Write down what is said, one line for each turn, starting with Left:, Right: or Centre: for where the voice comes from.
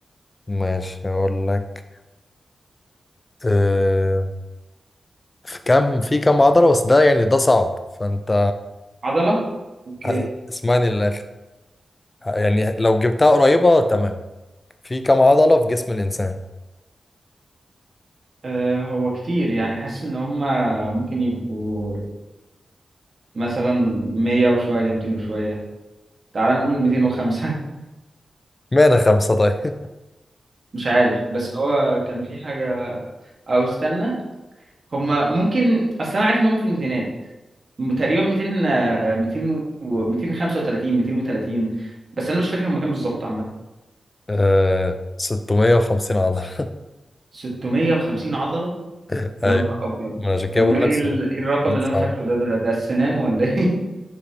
Left: ماشي اقول لك أه... في كام في كام عضلة بس ده يعني ده صعب فانت
Right: عضله اوكي
Left: ه- اسمعني للاخر ه- يعني لو جبتها قريبة تمام في كام عضلة في جسم الانسان
Right: آه هو كتير يعني حاسس ان هما ممكن يبقوا مثلا 100 وشويه 200 وشويه تعال نقول 205
Left: مانا خمسة طيب
Right: مش عارف بس هو كان في حاجة أو استنى هما ممكن أصل أنا عارف إن هما في الميتينات م- تقريبا 200 آه، 200 و 235 230 بس أنا مش فاكر هما كام بالظبط عامة
Left: <laughs> أه... 650 عضلة
Right: 650 عضلة
Left: <laughs>
Right: يا
Left: ايوه
Right: نهار أبيض
Left: ما أنا عشان كده
Right: أمال
Left: بقول لك
Right: إيه
Left: صعب
Right: ال... إيه الرقم اللي
Left: صعب.
Right: أنا فاكره ده ده, ده السنان ولا إيه؟